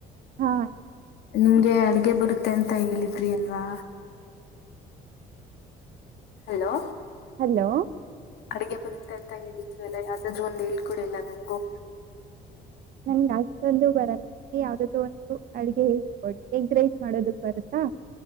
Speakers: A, on the right; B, on the left.
A: ಹಾ
B: ನಿಮ್ಗೆ ಅಡ್ಗೆ ಅಡ್ಗೆ ಬರುತ್ತೆ ಅಂತ ಹೇಳಿದ್ರಿ ಅಲ್ವಾ ಹಲೋ
A: ಹಲೋ
B: ಅಡಿಗೆ ಬರುತ್ತೆ ಅಂತ ಹೇಳಿದ್ವಿಲ್ಲ ಯಾವ್ದಾದ್ರು ಒಂದು ಹೇಳ್ಕೊಡಿ ನಂಗೂ
A: ನನ್ಗೆ ಅಷ್ಟೊಂದು ಬರಲ್ಲ ಯಾವ್ದ್ದೂ ಒಂದು ಅಡುಗೆ ಹೇಳ್ಕೊಡಿ ಎಗ್ ರೈಸ್ ಮಾಡೋದಕ್ ಬರತ್ತಾ